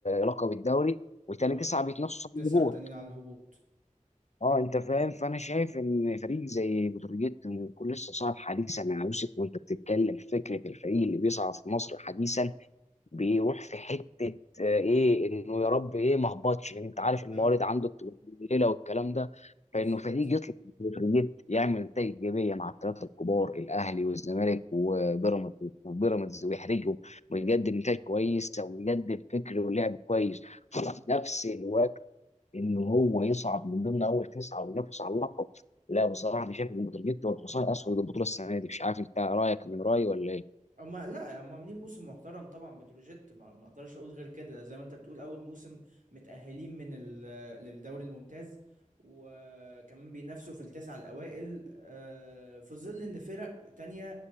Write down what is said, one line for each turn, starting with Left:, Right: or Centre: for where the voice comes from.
Left: لقب الدوري وتاني
Right: اه
Left: تسعه بيتنافسوا
Right: تسعة
Left: على الهبوط
Right: التانيين على الهبوط
Left: اه انت فاهم فانا شايف ان فريق زي بتروجيت من كل الصناعه الحديثه مع يوسف وانت بتتكلم فكره الفريق اللي بيصعد في مصر حديثا بيروح في حته آه، ايه انه يا رب ايه ما اهبطش لان انت عارف الموارد
Right: اه
Left: عنده بتبقى قليله والكلام ده
Right: بالظبط
Left: فانه فريق يطلع من الفريق يعمل نتائج ايجابيه مع الثلاثه الكبار الاهلي والزمالك وبيراميدز وبيراميدز ويحرجهم ويقدم نتائج كويسه ويقدم فكر ولعب كويس وفي نفس الوقت انه هو يصعد من ضمن اول تسعه وينافس على اللقب لا بصراحه انا شايف ان بتروجيت والحصان اسود البطوله السنه دي مش عارف انت رايك من رايي ولا ايه
Right: هما لا هما عاملين موسم محترم طبعا بتروجيت ما ما اقدرش اقول غير كده زي ما انت بتقول اول موسم متأهلين من ال- آه، للدوري الممتاز وكمان بينافسوا في التسعة الأوائل آه، في ظل إن فرق تانية